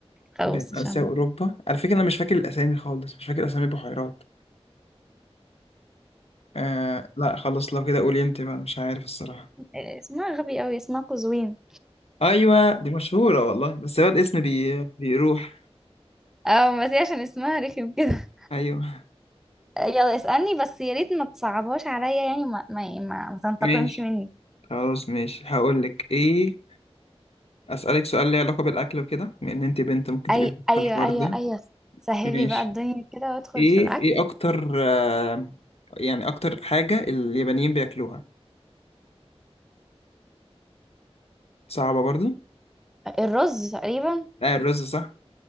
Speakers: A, in the centre; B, on the left.
A: خلاص
B: بين
A: عشان
B: اسيا واوروبا على فكرة انا مش فاكر الاسامي خالص مش فاكر اسامي البحيرات آه لا خلاص لو كده قولي انت بقى مش عارف الصراحة
A: آه، اسمها غبي أوي اسمها قزوين
B: ايوه دي مشهورة والله بس هو الاسم بي... بيروح
A: أو بس هي عشان اسمها رخم كده
B: ايوه
A: آه، يلا اسألني بس يا ريت ما تصعبهاش عليا يعني ما ما ما, ما تنتقمش
B: ماشي
A: مني
B: خلاص ماشي هقول لك ايه اسالك سؤال ليه علاقة بالاكل وكده بما ان انت بنت ممكن
A: أي
B: تبقى
A: أيوة
B: في الحوار
A: أيوة
B: ده
A: أيوة سهلي
B: ماشي
A: بقى الدنيا كده وادخل
B: ايه
A: في الأكل
B: ايه اكتر آه يعني اكتر حاجة اليابانيين بياكلوها صعبة برضو
A: الرز تقريبا
B: آه الرز صح